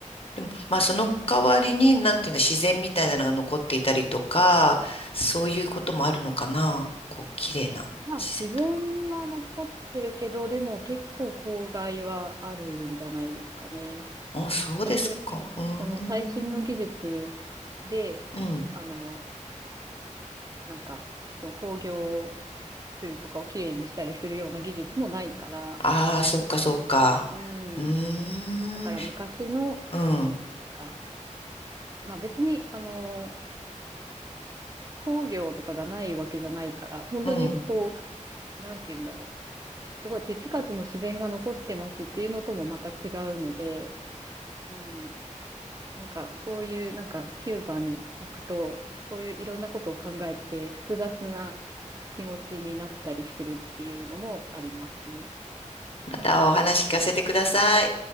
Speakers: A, on the left (about 45°); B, on the right (about 30°).
A: でも、まあ、その代わりに、なんていうの、自然みたいなのが残っていたりとか、そういうこともあるのかな。こう、綺麗な自然と。
B: まあ自然は残ってるけど、でも結構公害はあるんじゃないですかね。
A: あ、そうですか。
B: 逆に、
A: うーん、
B: その最新の技術で、
A: うん。
B: あの、なんか、その工業水とかをきれいにしたりするような技術もないから、
A: ああ、そっかそっか。
B: うん。
A: うー
B: だから昔の、
A: ん、うん、
B: か、まあ別に、あの、工業とかがないわけじゃないから、本当にこ
A: うん。
B: う、なんて言うんだろう。すごい手つかずの自然が残ってますっていうのともまた違うので、うん。なんかそういう、なんかキューバに行くと、そういういろんなことを考えて複雑な気持ちになったりするっていうのもありますね。
A: またお話聞かせてください。